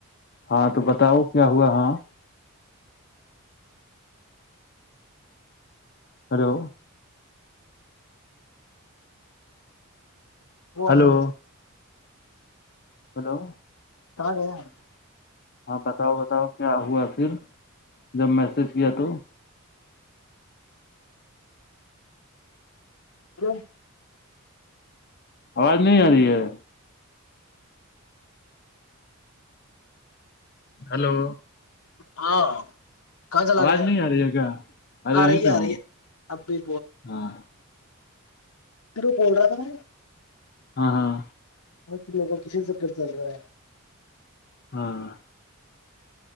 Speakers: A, on the left; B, on the left.
A: ہاں تو بتاؤ کیا ہوا ہاں ہلو
B: وہ
A: ہلو
B: آنند ہے <unintelligible>
A: ہلو
B: س رہے <unintelligible>
A: ہاں بتاؤ بتاؤ کیا ہوا پھر جب میسج کیا تو
B: ہ <inaudible>
A: آواز نہیں آ رہی ہے ہلو
B: ہاں کہاں چلا
A: آواز
B: گیا
A: نہیں آ رہی ہے کیا ارے
B: آ
A: یہیں
B: رہی
A: پہ
B: ہے آ
A: ہوں
B: رہی ہے اب بھی
A: ہاں
B: تو بول رہا تھا
A: ہاں ہاں
B: ہاں ت مگ کا کسی چکر چل رہا ہے
A: ہاں